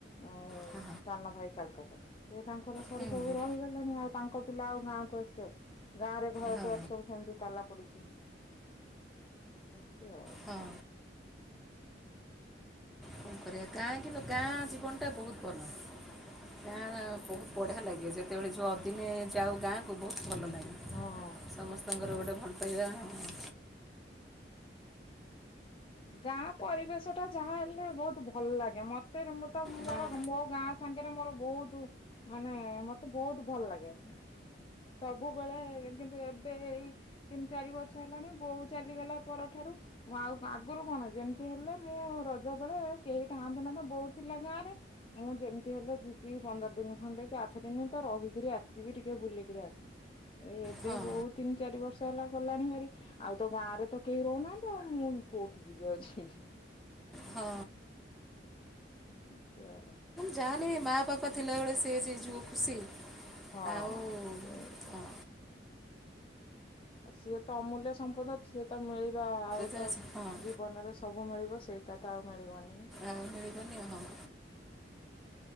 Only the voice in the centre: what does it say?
ହଁ
ହୁଁ
ହୁଁ
ହଁ
ହଁ କଣ କରିବା ଗାଁ କିନ୍ତୁ ଗାଁ ଜୀବନଟା ବହୁତ ଭଲ। ଗାଁ ବହୁତ ବଢିଆ ଲାଗେ ଯେତେବେଳେ ଯୋଉଅ ଦିନେ ଯାଉ ଗାଁକୁ ବହୁତ ଭଲ ଲାଗେ
ସମସ୍ତଙ୍କର ଗୋଟେ ଭଲ ପାଇବା ଆଉ
ହଁ।
ହଁ
ହଁ।
ଜାଲିି ମା ପାପା ଥିଲାବେଳେ ସେ ଯ ଯିବ ଖୁସି
ଆଉ
ହଁ
ସେ
ହଁ
ଆଉ ମିଳିବନି ହଁ।